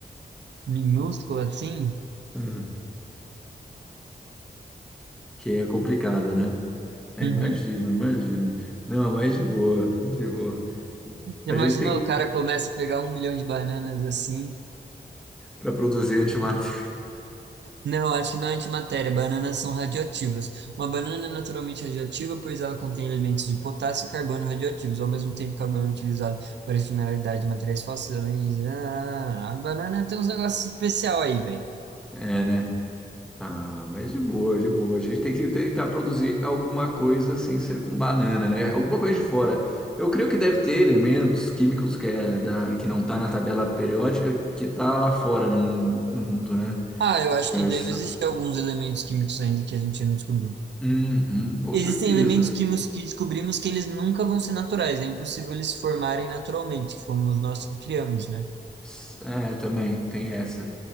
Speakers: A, on the right; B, in the centre.
A: minúscula assim.
B: Uhum. Que é complicado, né? É,
A: Uhum.
B: imagino, imagino. Não, mas de boa, de boa.
A: Já
B: A
A: imaginou,
B: gente tem
A: o cara começa a pegar um milhão de bananas assim?
B: para produzir antimatéria. <laughs>
A: Não, acho que não é antimatéria, bananas são radioativas. Uma banana é naturalmente radioativa, pois ela contém elementos de potássio e carbono radioativos, ao mesmo tempo que o carbono é utilizado para estimular a idade de materiais fósseis, além de... Ah, a banana tem uns negócios especial aí, velho.
B: É, né? Ah, mas de boa, de boa. A gente tem que tentar produzir alguma coisa sem ser com banana, né? Alguma coisa de fora. Eu creio que deve ter elementos químicos que, é da, que não tá na tabela periódica que tá lá fora no mundo, no mundo, né?
A: Ah, eu
B: Universo.
A: acho que deve existir alguns elementos químicos ainda que a gente não descobriu.
B: Uhum, com
A: Existem
B: certeza.
A: elementos químicos que descobrimos que eles nunca vão ser naturais, é impossível eles se formarem naturalmente, que fomos nós que criamos, né?
B: S- É, também tem essa.